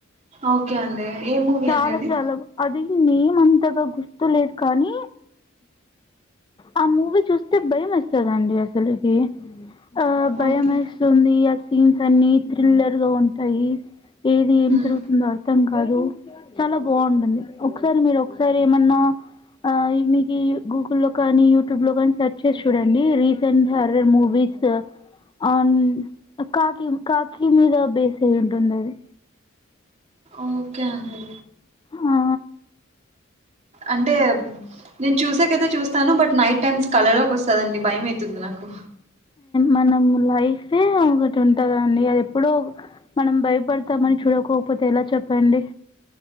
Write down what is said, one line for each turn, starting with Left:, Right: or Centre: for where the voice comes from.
Right: ఓకే అండి ఏ మూవీ
Left: చాలా
Right: అండి అది
Left: చాలా అది నేమ్ అంతగా గుర్తు లేదు కానీ, ఆ మూవీ చూస్తే భయం వేస్తదండి అసలుకి. ఆ భయంమేస్తుంది
Right: ఓకే
Left: అస్ సీన్స్ అన్ని థ్రిల్లర్ గా ఉంటాయి ఏది ఏం
Right: హ్మ్.
Left: జరుగుతుందో ఆ అర్థం కాదు చాలా బావుంటుంది ఒకసారి మీరు ఒకసారి ఏమన్నా ఆ మీకి గూగుల్లో కానీ యూట్యూబ్ లో కానీ సెర్చ్ చేసి చూడండి రీసెంట్ హరర్ మూవీస్ అండ్ కాకిీ కాకిీ మీద బేస్ అయి ఉంటుంది అది
Right: ఓకే అండి
Left: ఆ
Right: అంటే నేను చూసాకైతే చూస్తాను బట్ నైట్ టైమ్స్ కల లోకి వస్తదండి భయం అయితంది నాకు
Left: మనం లైఫే ఒకటుంటదండి అది ఎప్పుడో మనం భయపడతామని చూడకోపోతే ఎలా చెప్పండి